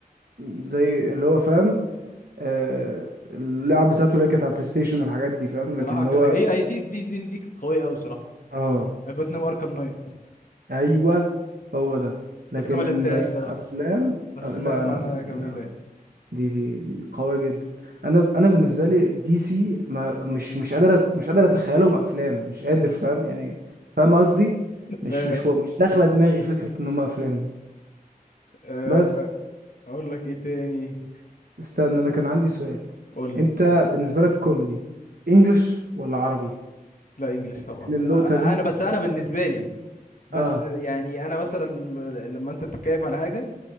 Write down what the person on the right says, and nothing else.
زي اللي هو فاهم آه اللعب بتاعته اللي هي كانت على بلاي ستيشن والحاجات دي فاهم
لكن
هو
اه
ايوه هو ده لكن
ان
افلام
أو لا
انا
يا لهوي
دي دي دي قوية جدا انا انا بالنسبة لي دي سي ما مش مش قادر أت- مش قادر اتخيلهم افلام مش قادر فاهم يعني فاهم قصدي
مش
مش مش داخلة دماغي فكرة ان هم افلام
بس
استنى انا كان عندي سؤال
انت
بالنسبه لك كوميدي انجلش ولا عربي
ان النقطه
دي
اه